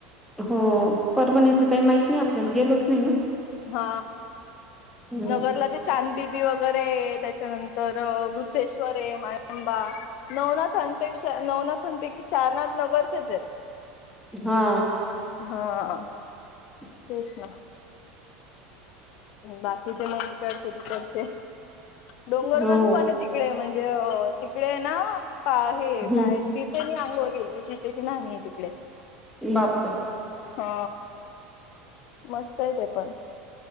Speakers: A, in the centre; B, on the left.
A: हो परभणीचं काय माहीतच नाही आपल्याला, गेलोच नाही ना.
B: हा
A: हम्म
B: नगरला ते चांदबिबी वगैरे त्याच्यानंतर वृद्धेश्वर आहे माहिन बा नवनाथांपेक्षा नवनाथांपैकी चारनाथ नगरचेच आहेत.
A: हा.
B: हा.
A: <unintelligible>
B: तेच ना. बाकीचे मग इकडते तिकडचे डोंगर
A: हो
B: का पाणी ते तिकडे अ म्हणजे तिकडे ना पा हे
A: हम्म
B: काय सी तिथे मी आंघोळ गेल की सीतेची नाहणी आहे तिकडे.
A: बाप्पं
B: हा मस्त आहे ते पण.